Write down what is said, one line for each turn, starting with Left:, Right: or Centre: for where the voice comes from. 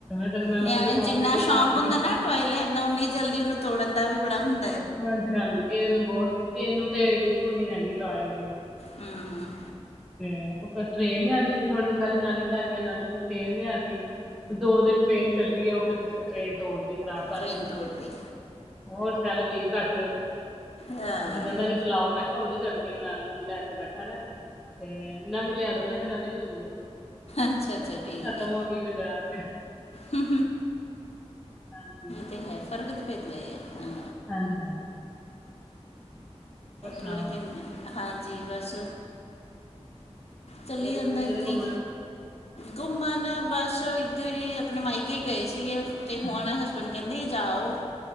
Centre: ਤੈਨੂੰ ਮੈਂ
Left: ਨਿਆਨੇਆਂ
Centre: ਉੱਥੇ ਦੁਕਾਨ
Left: ਨੂੰ ਜਿੰਨਾ
Centre: ਤੇ ਬਿਠਾਣੀ
Left: ਸ਼ੌਕ ਹੁੰਦਾ
Centre: ਆ
Left: ਨਾ ਟੋਆਏ ਲੈਂਨ ਦਾ ਓਨੀ ਜਲਦੀ ਓਨੂੰ ਤੋੜਨ ਦਾ ਵੀ ਬੜਾ ਹੁੰ
Centre: ਹਾਂਜੀ-ਹਾਂਜੀ ਏਨੂੰ ਬੋਤ, ਏਨੂੰ ਤੇ ਬਿਲਕੁਲ ਨੀ ਹੈਗੀ ਟੋਆਏ ਦੀ।
Left: ਹੂੰ-ਹੂੰ।
Centre: ਤੇ ਓ ਟ੍ਰੇਨ ਲਿਆਂਦੀ ਸੀ ਥੋੜੇ ਦਿਨ ਪੈਲੇ ਨਾਨੀ ਘਰ ਗਿਆ ਨਾਨੀ ਨੇ ਟ੍ਰੇਨ ਲਿਆਤੀ। ਦੋ ਦਿਨ ਟ੍ਰੇਨ ਚਲੀ ਐ, ਓ ਟ੍ਰੇਨ ਤੋੜਦੀ ਖਰਾਬ ਕਰਤੀ,
Left: ਟ੍ਰੇਨ ਤੋੜਦੀ
Centre: ਹੋਰ ਸੈਲ ਵੀ ਘੱਟ ਐ ਓਦੇ,
Left: ਹਾਂ
Centre: ਹੁਨ ਕੈਂਦਾ ਏਨੂੰ ਚ ਚਲਾਓ ਮੈਂ ਕਿਆ ਹੁਨ ਨੀ ਚੱਲਦੀ ਐਂਜ ਈ ਲੈ ਕੇ ਬੈਠਾ ਰੈ। ਤੇ ਨਵੀਂ ਲਿਆਦੋ ਮੈਂ ਕਿਆ ਨਵੀਂ ਨੀ ਮਿਲਦੀ ਹੁਨ,
Left: ਅੱਛਾ ਅੱਛਾ ਠੀਕ
Centre: ਖਤਮ
Left: ਹੈ
Centre: ਹੋ ਗਈ ਬਜਾਰ <inaudible>
Left: ਇਹ
Centre: ਹਾਂਜੀ
Left: ਤੇ ਹੈ ਫਰਕ ਤੇ ਪੈਂਦਾ ਆ ਹਾਂ
Centre: ਹਾਂਜੀ-ਹਾਂਜੀ। ਸੁਣਾਓ
Left: ਥੋੜ੍ਹੇ ਦਿਨ ਹਾਂਜੀ ਬਸ ਚਲੀ
Centre: ਗਏ
Left: ਜਾਂਦਾ
Centre: ਤੁਸੀਂ
Left: ਏਦਾਂ
Centre: ਕਿਤੇ ਘੁੰਮਣ
Left: ਈ ਘੁੰਮਨ ਬਸ ਇਦਰ ਈ ਆਪਨੇ ਮਾਇਕੇ ਈ ਗਏ ਸੀਗੇ ਤੇ
Centre: ਅੱਛਾ
Left: ਹੁਨ ਹਸ ਬੈਂਡ ਕੈਂਦੇ ਜਾ ਆਓ,